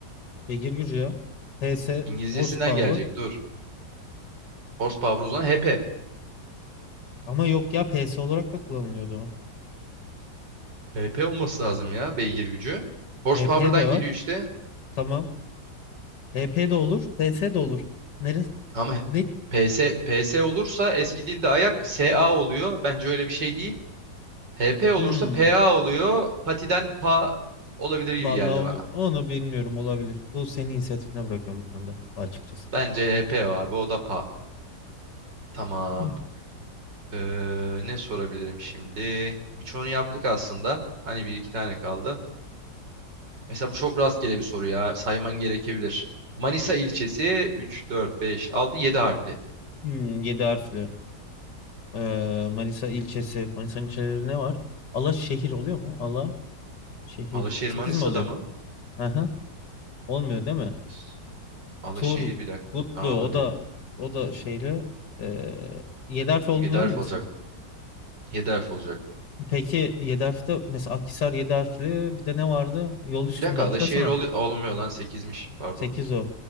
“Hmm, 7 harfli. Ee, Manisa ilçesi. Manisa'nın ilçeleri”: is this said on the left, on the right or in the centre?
Left